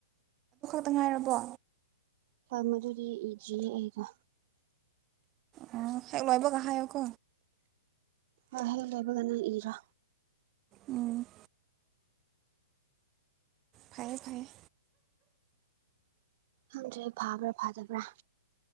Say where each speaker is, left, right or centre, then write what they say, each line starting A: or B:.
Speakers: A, on the right; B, on the right.
A: ꯇ ꯉꯥꯏꯔꯕꯣ
B: ꯐꯔ ꯃꯗꯨꯗꯤ ꯏꯗꯤ ꯑꯩꯗ
A: ꯑꯣ ꯍꯦꯛ ꯂꯣꯏꯕ ꯉꯍꯥꯏꯀꯣ
B: ꯑ ꯍꯦ ꯂꯩꯕꯒꯅ ꯏꯔ
A: ꯎꯝ ꯐꯌꯦꯦ ꯐꯥꯏꯌꯦꯦ
B: ꯍꯪꯗꯦ ꯐꯥꯕ꯭ꯔꯥ ꯐꯥꯗꯕ꯭ꯔꯥ